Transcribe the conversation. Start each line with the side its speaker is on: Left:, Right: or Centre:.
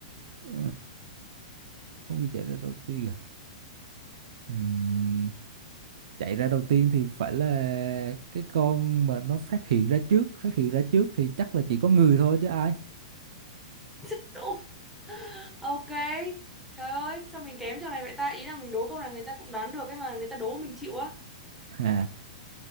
Right: Ừ, con gì chạy ra đầu tiên à Ừm, chạy ra đầu tiên thì phải là cái con mà nó phát hiện ra trước phát hiện ra trước thì chắc là chỉ có người thôi chứ ai
Centre: <laughs> Đúng. Ok. Trời ơi, sao mình kém trong này vậy ta? Ý là mình đố câu này người ta cũng đoán được ấy mà người ta đố mình chịu á.
Right: <laughs> à,